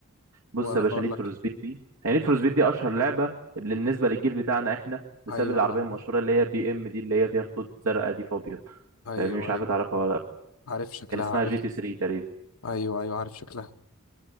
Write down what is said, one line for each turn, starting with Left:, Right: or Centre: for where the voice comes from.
Right: بص
Left: وانا
Right: يا باشا
Left: بقول
Right: نيد
Left: لك
Right: فور سبيد دي هي نيد فور سبيد دي اشهر لعبه بالنسبه للجيل بتاعنا احنا بسبب
Left: ايوه
Right: العربيه
Left: انا
Right: المشهوره اللي هي بي ام دي اللي هي فيها خطوط زرقاء دي فابيض
Left: ايوه
Right: فاهمني مش عارف
Left: ايوه
Right: تعرفها ولا لا
Left: عارف شكلها
Right: كان اسمها
Left: عارف
Right: جي تي 3 تقريبا
Left: ايوه ايوه عارف شكلها